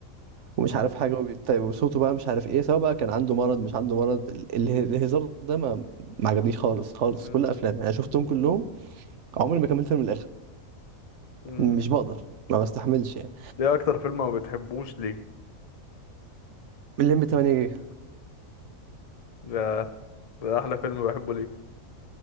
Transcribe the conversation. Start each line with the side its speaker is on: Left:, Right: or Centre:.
Right: ومش عارف حاجه وبيت- وصوته بقى مش عارف ايه سواء بقى كان عنده مرض مش عنده مرض ال- اله- الهزار ده ما ما عجبنيش خالص خالص
Left: مم.
Right: كل افلام انا شفتهم كلهم عمري ما كملت من الاخر
Left: مم.
Right: مش بقدر ما بستحملش يعني
Left: ده اكتر فيلم ما بتحبوش ليه
Right: الليمبي 8 جيجا
Left: ده, ده احلى فيلم بحبه ليه